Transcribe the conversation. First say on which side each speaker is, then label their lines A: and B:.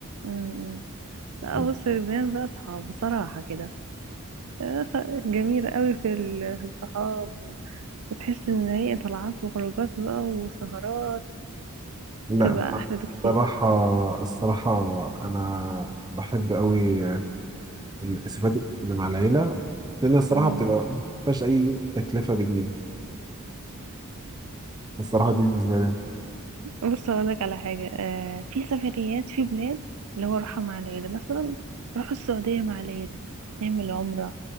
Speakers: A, on the right; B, on the right.
A: امم لا
B: مم.
A: بص البيان بقى صحاب بصراحة كده آخ، جميلة قوي في ال- في الصحاب و- وتحس ان هي طلعات وخروجات بقى وسهرات
B: لا
A: تبقى احلى
B: الصراحة
A: بكتير
B: الصراحة أنا بحب أوي الإسفات اللي مع العيلة لأن الصراحة
A: امم
B: بتبقى ما فيهاش أي تكلفة بجنيه الصراحة دي بالنسبة لي
A: بص اقولك على حاجة آه في سفريات في بلاد اللي هو راحة مع العيلة مثلا نروح السعودية مع العيلة نعمل عمرة